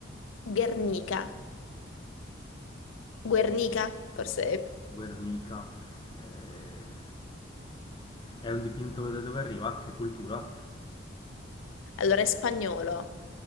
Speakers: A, on the left; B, on the left.
A: Guernica. Guernica, forse. è-
B: Guernica eh, è un dipinto da dove arriva? Che cultura?
A: Allora, è spagnolo